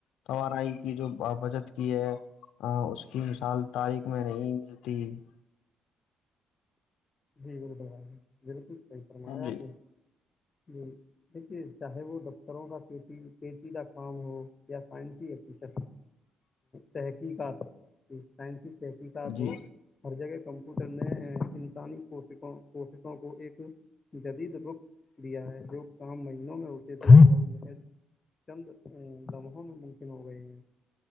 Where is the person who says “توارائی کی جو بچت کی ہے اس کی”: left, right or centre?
Left